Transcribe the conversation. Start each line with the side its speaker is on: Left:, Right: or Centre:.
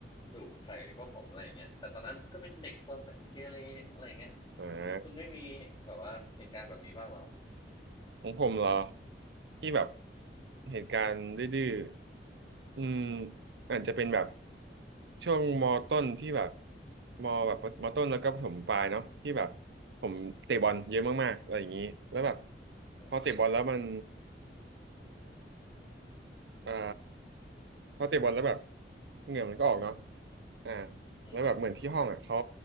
Left: ดุใส่พวกผมอะไรอย่างเงี้ยแต่ตอนนั้นก็เป็นเด็กซนอะเกเรอะไรอย่างเงี้ย
Right: อ่
Left: คุณไม่มีแบบว่าเหตุการณ์แบบนี้บ้างเหรอ
Right: าของผมเหรอที่แบบเหตุการณ์ดื้อๆ อืมอาจจะเป็นแบบช่วงมต้นที่แบบมแบบมต้นแล้วก็ประถมปลายเนาะที่แบบผมเตะบอลเยอะมากๆอะไรอย่างนี้แล้วแบบ
Left: อืม
Right: พอเตะบอลแล้วมันเอ่อพอเตะบอลแล้วแบบเหงื่อมันก็ออกเนาะอ่า
Left: อืม
Right: แล้วแบบเหมือนที่ห้องอ่ะเขา